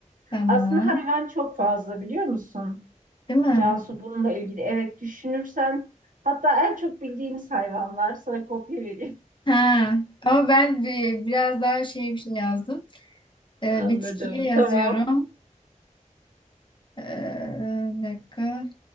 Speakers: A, on the left (about 35°); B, on the right (about 80°).
A: tamam.
B: Aslında hayvan çok fazla biliyor musun?
A: Değil mi?
B: Cansu bununla ilgili evet düşünürsen hatta en çok bildiğimiz hayvanlar sana kopya vereyim.
A: Ha. Ama ben bir, biraz daha şey bir şey yazdım. E,
B: Anladım.
A: bitkiye yazıyorum.
B: Tamam.
A: E, bir dakika.